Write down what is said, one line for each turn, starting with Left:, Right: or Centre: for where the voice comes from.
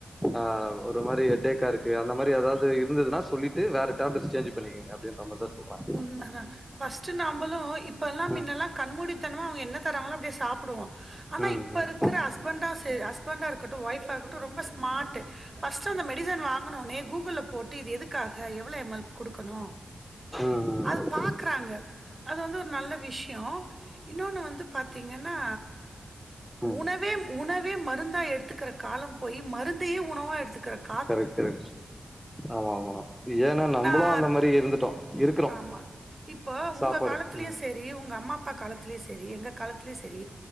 Centre: ஆ ஒரு மாரி ஹெட்டேக்கா இருக்கு அந்த மாரி எதாவ்து இருந்ததுனா சொல்லிட்டு வேற டேப்லெட்ஸ் சேஞ்ச் பண்ணிக்குங்க ப்டியே நம்மதா சொல்றாங்
Right: உண்மதா ஃபஸ்ட்டு நம்மளு இப்பலா மின்னெல்லா
Centre: ம்
Right: கண்மூடித்தனமா அவ்ங்க என்ன தராங்களோ அப்டியே சாப்டுவோ ஆனா
Centre: ம்
Right: இப்ப
Centre: ம்
Right: இருக்கிற ஹஸ்பண்டா சேரி அஸ் பண்டா இருக்கட்டு ஒய்ஃபா இருக்கட்டு ரொம்ப ஸ்மாட்டு ஃபஸ்ட்டு அந்த மெடிசன் வாங்குனோனே கூகுல்ல போட்டு இது எதுக் க்காக எவ்ள எம் எல் குடுக்கணு
Centre: ம்
Right: அது
Centre: ம் ஓகே
Right: பாக்குறாங்க அது வந்து ஒரு நல்ல விஷ்யோ இன்னொன்னு வந்து பாத்தீங்கன்னா
Centre: ம்
Right: உணவேம் உணவ் வே மருந்தா எடுத்துக்கிற காலம் போய் மருந்தயே உணவா எடுத்துக்கிறக்
Centre: கரெக்ட் கரெக்ட் ஆமாம்மா ஏனா நம்பளு
Right: நான்
Centre: அந்த மாரி இருந்துட்டோ இருக்குறோ
Right: ஆமா இப்போ உங்க
Centre: சாப்பாடு
Right: காலத்லயு
Centre: ம்
Right: செரி உங்க அம்மா அப்பா காலத்லயு செரி எங்க காலத் லயு செரி